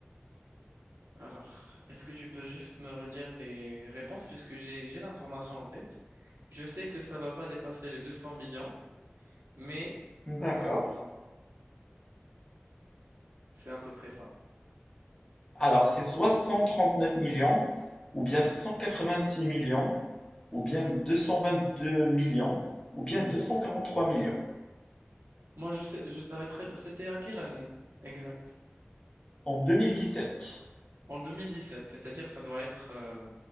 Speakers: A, on the right; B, on the left.
A: Alors, est-ce que tu peux juste me redire les réponses puisque j'ai j'ai l'information en tête. Je sais que ça va pas dépasser les 200 millions, mais
B: D'accord.
A: euh, c'est à peu près ça.
B: Alors, c'est soit 139 millions, ou bien
A: Oui.
B: 186 millions, ou bien 222 millions, ou bien 243 millions.
A: Moi, je sais, je savais très bien. C'était à quelle année exact?
B: En 2017.
A: En 2017, c'est-à-dire ça doit être euh,